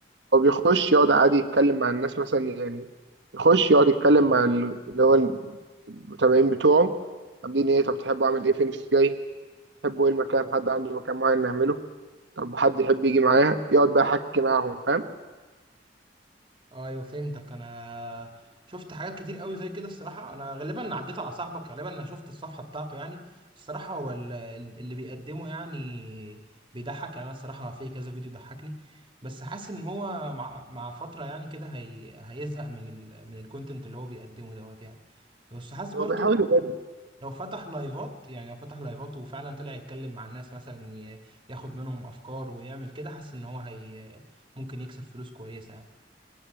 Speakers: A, on the right; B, on the right.
A: هو بيخش يقعد عادي يتكلم مع الناس مثلا يعني يخش يقعد يتكلم مع ال- اللي هو المتابعين بتوعه عاملين ايه طب تحبوا اعمل ايه فين جاي تحبوا ايه المكان حد عنده مكان معين نعمله طب حد يحب يجي معايا يقعد بقى يحكي معاهم فاهم
B: ايوه فهمتك انا شفت حاجات كتير قوي زي كده الصراحه انا غالبا عديت على صاحبك غالبا انا شفت الصفحه بتاعته يعني الصراحه هو ال- اللي بيقدمه يعني بيضحك يعني انا الصراحه في كذا فيديو ضحكني بس حاسس ان هو مع مع فتره يعني كده هي هيزهق من ال من الكونتنت اللي هو بيقدمه دوت يعني بس حاسس برضو
A: هو بيحاول
B: ان هو
A: يجدد
B: لو فتح لايفات يعني لو فتح لايفات وفعلا طلع يتكلم مع الناس مثلا ي- ياخد منهم افكار ويعمل كده حاسس ان هو هي ممكن يكسب فلوس كويسه يعني